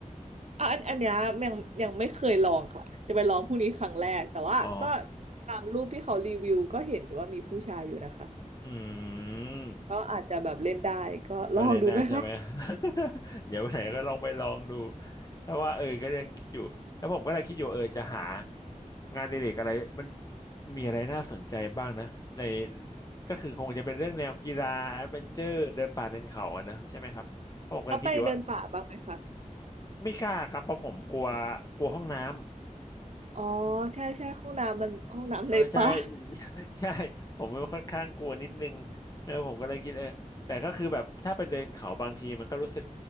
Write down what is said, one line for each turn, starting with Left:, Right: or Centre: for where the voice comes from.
Right: อ่ะอันอันเนี้ยยังยังไม่เคยลองค่ะจะไปลองพรุ่งนี้ครั้งแรกแต่ว่าก็
Left: อ๋อ
Right: ตามรูปที่เขารีวิวก็เห็นว่ามีผู้ชายอยู่นะคะ
Left: อืม
Right: ก็อาจจะแบบเล่นได้ก็ลองดูไหมคะ
Left: มาเรียนได้ใช่ไหม <laughs> เดี๋ยววันไหนก็ลองไปลองดูแต่ว่าเออก็ยังคิดอยู่แล้วผมก็เลยคิดอยู่เออจะหางานอดิเรกอะไรมันมีอะไรน่าสนใจบ้างนะในก็คือคงจะเป็นเรื่องแนวกีฬาแอดเวนเจอร์เดินป่าเดินเขาอะเนอะใช่ไหมครับเพราะผมกำลังคิดอยู่ว่า
Right: แล้วไปเดินป่าบ้างไหมคะ
Left: ไม่กล้าครับเพราะผมกลัวกลัวห้องน้ำ
Right: อ๋อใช่ใช่ห้องน้ำมันห้องน้ำในป่า
Left: เออใช่ <laughs> ใช่ผมมันค่อนข้างกลัวนิดนึงเออผมก็เลยคิดเออแต่ก็คือแบบถ้าไปเดินเขาบางทีมันก็รู้สึก